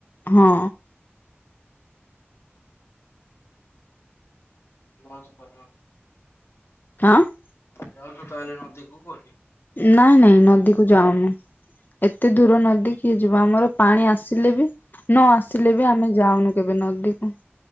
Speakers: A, on the left; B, on the left.
A: ହଁ।
B: <unintelligible>
A: <unintelligible>
B: ଯାଉଚ ତାହେଲେ ନଦୀକୁ। <unintelligible>
A: ନାଇଁ ନାଇଁ ନଦୀକୁ ଯାଉନୁ। ଏତେ ଦୂର ନଦୀ କି କିଏ ଯିବ। ଆମର ପାଣି ଆସିଲେ ବି ନ ଆସିଲେ ବି ଆମେ ଯାଉନୁ କେବେ ନଦୀକୁ।